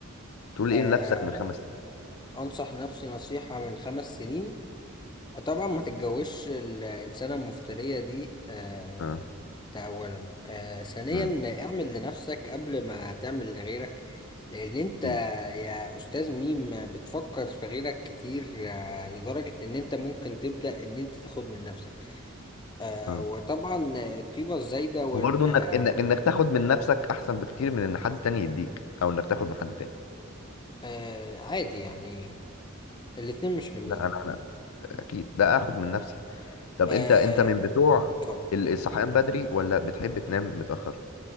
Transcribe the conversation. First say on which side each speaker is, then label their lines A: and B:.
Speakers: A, on the left; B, on the left.
A: تقول
B: آه،
A: ايه لنفسك من خمس سنين؟
B: آه، انصح نفسي نصيحة من خمس سنين طبعا ما تتجوزش الإنسانة المفترية دي آه
A: اه
B: ده أولا آه ثانيا
A: امم
B: اعمل لنفسك قبل ما تعمل لغيرك لأن أنت
A: اكيد
B: يا أستاذ ميم بتفكر في غيرك كتير آه لدرجة إن أنت ممكن تبدأ إن أنت تاخد من نفسك آه
A: اه
B: وطبعا الطيبة الزايدة وال
A: وبرضه
B: آه
A: انك انك انك تاخد من نفسك احسن بكتير من ان حد تاني يديك او انك تاخد من حد تاني
B: آه، عادي يعني الاتنين مش حلوين
A: لا انا انا اكيد لا اخد من نفسي طب
B: آه
A: انت انت من بتوع
B: اتفضل
A: ال- الصحيان بدري ولا بتحب تنام متأخر؟